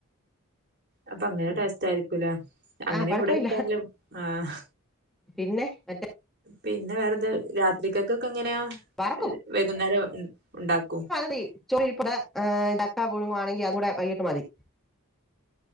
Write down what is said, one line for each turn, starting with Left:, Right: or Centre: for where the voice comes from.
Right: അപ്പൊ അങ്ങനെ
Centre: ആഹ്
Right: ടേസ്റ്റ് ആയിരിക്കൂല അങ്ങനെ
Centre: ആഹ് കുഴപ്പമില്ല
Right: ഇവിടെ വെക്കാറില്ല ആഹ്
Centre: പിന്നെ മറ്റേ
Right: പിന്നെ വേറെന്താ രാത്രികക്കൊക്കെ എങ്ങനെയാ
Centre: വറക്കും
Right: വൈകുന്നേരം ഉണ്ടാക്കും
Centre: മതി ചൊഴി പുടെ ഡക്കാ പഴുങ്ങുകവാണെങ്കി അത് കൂടെ വൈകീട്ട് മതി